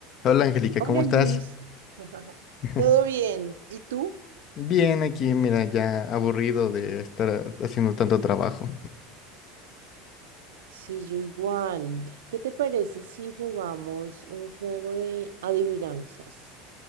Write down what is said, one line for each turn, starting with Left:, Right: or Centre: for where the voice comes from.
Left: Hola Angélica,
Right: Hola
Left: ¿cómo estás?
Right: Luis, <laughs>
Left: <laughs>
Right: Todo bien. ¿Y tú?
Left: Bien, aquí, mira, ya aburrido de estar haciendo tanto trabajo.
Right: sí, yo igual. ¿Qué te parece si jugamos un juego de adivinanzas?